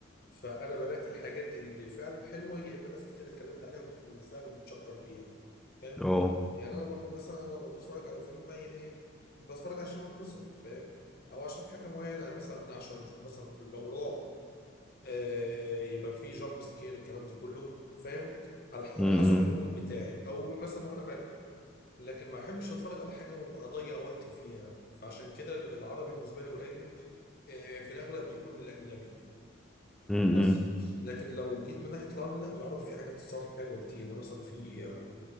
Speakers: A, on the left (about 50°); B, in the centre.
A: فانا بنقي الحاجات اللي فعلا حلوه يا اما ناس كتير اتكلمت عليها وبت- وفعلا بتشكر فيها فاهم
B: اه
A: يعني انا ب- مثلا انا ب- بتفرج على فيلم يعني بتفرج عشان انبسط فاهم او عشان حاجه معينه مثلا عشان مثلا لو رعب آه يبقى فيه جامب سكير الكلام ده كله فاهم على على
B: امم
A: حسب المود بتاعي او مثلا وانا باكل لكن ما احبش اتفرج على حاجه واضيع وقت فيها فعشان كده العربي بالنسبه لي قليل آه، في الاغلب بيكون الاجنبي
B: امم
A: بس لكن لو جيت من ناحيه العربي لا العربي في حاجات الصراحه حلوه كتير يعني مثلا في آه،